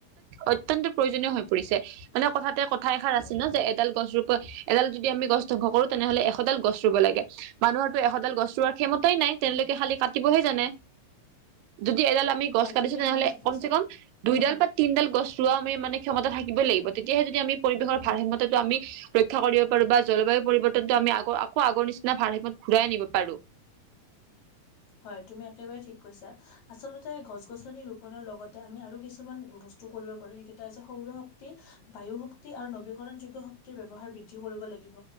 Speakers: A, on the right; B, on the left.
A: অত্যন্ত প্ৰয়োজনীয় হৈ পৰিছে মানে কথাতে কথা এষাৰ
B: হয়
A: আছে ন যে এডাল গছ ৰুপ। এডাল যদি আমি গছ ধ্বংস কৰো তেনেহলে এশডাল গছ ৰুব লাগে মানুহৰতো এশডাল গছ ৰুৱাৰ ক্ষমতাই নাই <unintelligible> তেওঁলোকে খালি কাটিবহে জানে যদি এডাল আমি গছ
B: হয়
A: কাটিছো
B: তুমি একেবাৰে
A: তেনেহলে
B: ঠিক
A: কম
B: কৈছা
A: চে কম
B: উম
A: দুইডাল
B: হম
A: বা তিনডাল গছ <unintelligible> ৰোৱা আমি মানে ক্ষমতা থাকিবই লাগিব তেতিয়াহে যদি আমি পৰিৱেশৰ
B: উম
A: ভাৰসাম্যতাটো আমি। ৰক্ষা কৰিব পাৰো বা জলবায়ু পৰিৱৰ্তনটো আমি আগ আকৌ আগৰ নিচিনা ভাৰ সেইপত ঘূৰাই আনিব পাৰো।
B: <inaudible> হয় তুমি একেবাৰে ঠিক কৈছা আচলতে গছ গছনি ৰোপনৰ লগতে আমি আৰু কিছুমান বস্ত কৰিব পাৰো সেইকেইটা হৈছে সৌৰ শক্তি, বায়ু শক্তি আৰু নবীকৰণ যোগ শক্তিৰ ব্যৱহাৰ বৃদ্ধি কৰিব লাগ। লাগিব